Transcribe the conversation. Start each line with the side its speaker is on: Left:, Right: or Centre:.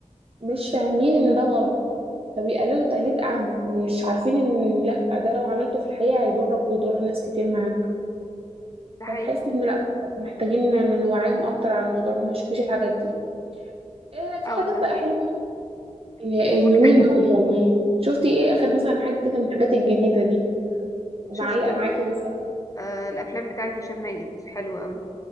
Right: مش فاهمين إن ده غلط فبيقلدوا تقليد أعمى مش عارفين إن لأ ده لو عملته في الحقيقة هيضرك ويضر ناس كتير معاك
Left: ده حقيقي
Right: فبحس إن لأ محتاجين إن نوعيهم أكتر عن الموضوع إنهم ما يشوفوش الحاجات دي آه في
Left: اه
Right: حاجات
Left: والله
Right: بقى حلوة ال-
Left: ومحتاجين
Right: اليومين دول يعني شفتي إيه آخر مثلا حاجة كده من الحاجات الجديدة دي ومعلقة
Left: شفت م-
Right: معاكي مثلا
Left: آه الافلام بتاعت هشام ماجد حلوة قوي